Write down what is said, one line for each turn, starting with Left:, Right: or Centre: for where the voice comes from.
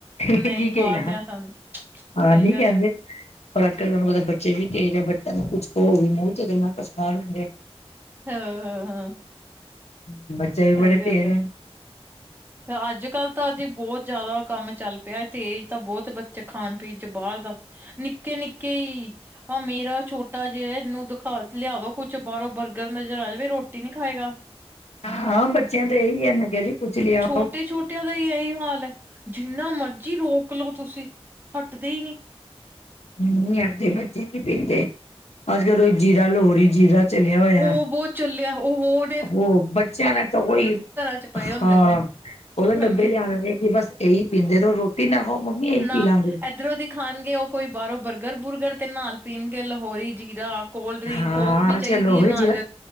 Left: ਠੀਕ
Right: ਨਹੀਂ
Left: ਹ ਠੀਕ
Right: ਬਾਹਰਲਿਆਂ
Left: ਹ ਯਾਰ
Right: ਸਾਨੂੰ ਸਹੀ
Left: ਆ ਨੀ
Right: ਗੱਲ
Left: ਕਹਿੰਦੇ
Right: ਹੈ
Left: ਪਰ ਅੱਜ ਕੱਲ੍ਹ ਤੁਹਾਨੂੰ ਪਤਾ ਬੱਚੇ ਵੀ ਤੇਜ ਆ ਬੱਚਿਆਂ ਨੂੰ ਕੁਛ ਕਹੋ ਵੀ ਮੂੰਹ ਤੇ ਗੱਲਾਂ ਸੁ ਲੈਂਦੇ
Right: ਹਾਂ ਹਾਂ ਹਾਂ
Left: ਤੇ ਬੱਚੇ
Right: ਸਹੀ
Left: ਬੜੇ
Right: ਗੱਲ
Left: ਤੇਜ਼
Right: ਹੈ।
Left: ਹਨ
Right: ਅੱਜ ਕੱਲ੍ਹ ਤਾਂ ਜ ਬਹੁਤ ਜ਼ਿਆਦਾ ਕੰਮ ਚੱਲ ਪਿਆ ਤੇਜ ਤਾਂ ਬਹੁਤ ਬੱਚੇ ਖਾਣ ਪੀਣ ਚ ਬਾਹਰ ਦਾ ਨਿੱਕੇ ਨਿੱਕੇ ਹੀ ਆ ਮੇਰਾ ਛੋਟਾ ਜਿਹਾ ਇਹਨੂੰ ਦਿਖਾ ਲਿਆ ਦੋ ਕੁਛ ਬਾਹਰੋਂ ਬਰਗਰ ਨਜ਼ਰ ਆ ਜਾਵੇ ਰੋਟੀ ਨੀ ਖਾਏਗਾ।
Left: ਆ ਹਾਂ ਬੱਚਿਆਂ ਦਾ ਤਾਂ ਇਹੀ ਹੈ ਮੈਂ ਕਿਹਾ ਜੀ ਕੁਛ ਲਿਆ।
Right: ਛੋਟੇ ਛੋਟਿਆਂ ਦਾ ਹੀ ਇਹੀ ਹਾਲ ਹੈ ਜਿੰਨਾ ਮਰਜ਼ੀ ਰੋਕ ਲਓ ਤੁਸੀਂ ਹਟਦੇ ਹੀ ਨਹੀਂ
Left: ਨਹੀਂ ਆਦੇ ਬੱਚੇ ਨੀ ਪੀਂਦੇ ਅੱਜ ਕੱਲ ਉਹ ਜੀਰਾ ਲੋਹਰੀ ਜੀਰਾ ਚਲਿਆ ਹੋਇਆ
Right: ਉਹ ਬਹੁਤ ਚੁੱਲਿਆ ਉਹ ਹੋਰ
Left: ਉਹ ਬੱਚਿਆਂ ਦਾ ਤਾਂ ਉਹੀ
Right: ਚ ਪਏ ਹੁੰਦੇ
Left: ਹਾਂ ਉਹਦੇ
Right: ਹਾਂਜੀ
Left: ਡੱਬੇ ਲਿਆਣੇ ਨੇ ਕਿ ਬਸ ਇਹੀ ਪੀਂਦੇ ਰਹੋ ਰੋਟੀ ਨਾ ਖਾਓ ਮੰਮੀ ਇਹੀ
Right: ਨਾ
Left: ਪੀ ਲਾਂਗੇ।
Right: ਇੱਧਰੋਂ ਦੀ ਖਾਣਗੇ ਉਹ ਕੋਈ ਬਾਹਰੋਂ ਬਰਗਰ- ਬੁਰਗਰ ਤੇ ਨਾਲ ਪੀਣਗੇ ਲਹੋਰੀ ਜੀਰਾ। ਕੋਲਡ ਡਰਿੰਕ
Left: ਹਾਂ
Right: ਕੋਕ ਵੀ
Left: ਅੱਜ
Right: ਚਾਹੀ-
Left: ਕੱਲ ਲੋਹੇ
Right: ਦੀ ਹੈ ਨਾਲ
Left: ਜੀਰਾ